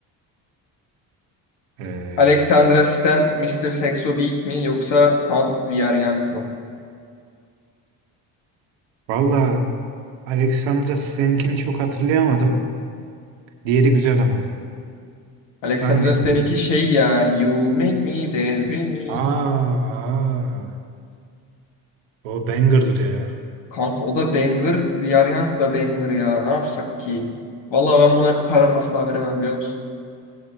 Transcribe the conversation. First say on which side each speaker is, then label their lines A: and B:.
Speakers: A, on the right; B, on the left.
A: eee
B: Alexandra Stan, Mister Saxo Beat mi yoksa Fall We Are Young mı?
A: valla Alexandra seninkini çok hatırlayamadım. Diğeri güzel ama.
B: Alexandra
A: Hangisi?
B: Stan'inki
A: diyor?
B: şey ya You make me dance, bring me
A: Aa, o banger'dır ya.
B: Kanka o da banger, Yaryant da banger ya. Ne yapsak ki? Vallahi ben buna karar asla veremem biliyor musun?